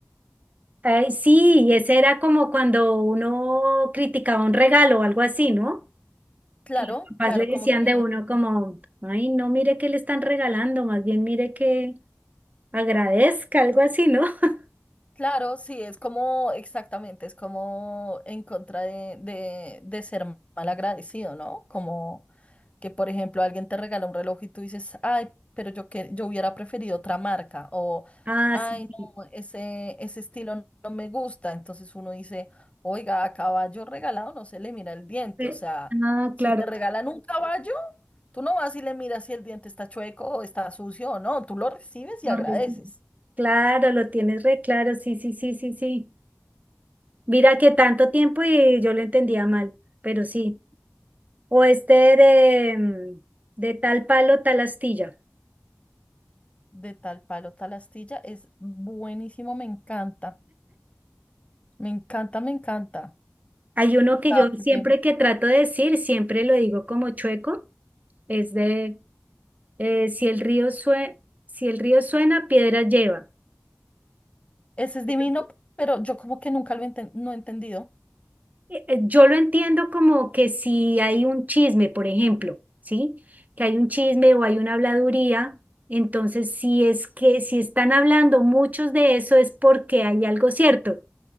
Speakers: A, on the right (about 35°); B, on the left (about 25°).
A: Ay, sí, y ese era como cuando uno criticaba un regalo o algo así, ¿no?
B: Claro,
A: que los papás
B: claro,
A: le decían
B: como que,
A: de uno como, ay, no mire que le están regalando, más bien mire que agradezca, algo así, ¿no? <laughs>
B: claro, sí, es como, exactamente, es como en contra de, de, de ser mal agradecido, ¿no? Como que, por ejemplo, alguien te regala un reloj y tú dices, ay, pero yo, que, yo hubiera preferido otra marca, o,
A: Ah,
B: ay,
A: sí, sí.
B: no, ese, ese estilo no no me gusta. Entonces uno dice, oiga, a caballo regalado no se le mira el diente,
A: Re-
B: o sea,
A: Ah,
B: si
A: claro,
B: te regalan
A: claro,
B: un caballo, tú no vas y le miras si el diente está chueco o está sucio o no, tú lo recibes
A: lo
B: y agradeces.
A: recibo. Claro, lo tienes re claro, sí, sí, sí, sí, sí. Mira que tanto tiempo y yo lo entendía mal, pero sí. O este de, mm, de tal palo, tal astilla.
B: de tal palo, tal astilla, es buenísimo, me encanta, me encanta, me encanta.
A: Hay uno que
B: Ah,
A: yo siempre
B: porque
A: que trato de decir, siempre lo digo como chueco, es de eh, si el río sue- si el río suena, piedras lleva.
B: ese es
A: Entonces,
B: divino, pero yo como que nunca lo enten- no he entendido.
A: Eh, eh, Yo lo entiendo como que si hay un chisme, por ejemplo, ¿sí? Que hay un chisme o hay una habladuría, entonces si es que si están hablando muchos de eso es porque hay algo cierto.